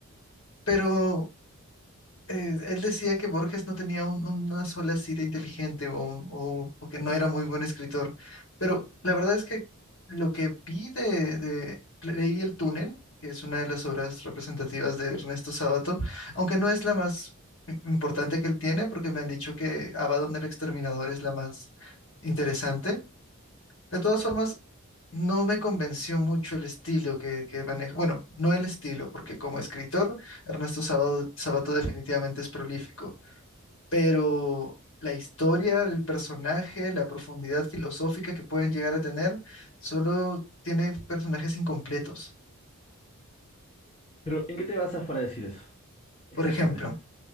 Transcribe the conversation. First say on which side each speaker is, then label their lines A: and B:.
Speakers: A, on the left; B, on the left.
A: pero eh, él decía que Borges no tenía un- una sola cita inteligente o, o- o que no era muy buen escritor, pero la verdad es que lo que vi de, de- leí El túnel, que es una de las obras representativas de Ernesto Sábato, aunque no es la más im- importante que él tiene, porque me han dicho que Abaddon el Exterminador es la más interesante. De todas formas, no me convenció mucho el estilo que, que maneja. Bueno, no el estilo, porque como escritor, Ernesto Sábado- Sabato definitivamente es prolífico, pero la historia, el personaje, la profundidad filosófica que pueden llegar a tener, solo tiene personajes incompletos.
B: Pero, ¿en qué te basas para decir eso? Exactamente.
A: Por ejemplo,